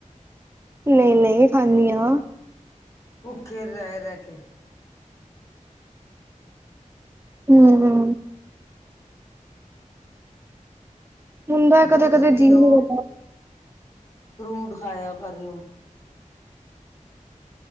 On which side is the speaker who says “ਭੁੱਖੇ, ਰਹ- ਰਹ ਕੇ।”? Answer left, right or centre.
Left